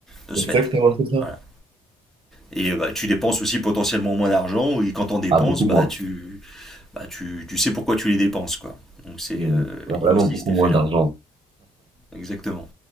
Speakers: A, in the centre; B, on the right.
A: de ce
B: Exactement,
A: fait.
B: c'est ça.
A: Voilà. Et euh, bah, tu dépenses aussi potentiellement moins d'argent, et quand t'en dépenses,
B: Ah, beaucoup
A: bah
B: moins.
A: tu, bah tu, tu sais pourquoi tu les dépenses, quoi. Donc c'est,
B: Hmm.
A: euh,
B: Ah, Vraiment
A: il y a aussi
B: beaucoup
A: cet effet-là.
B: moins d'argent.
A: Exactement.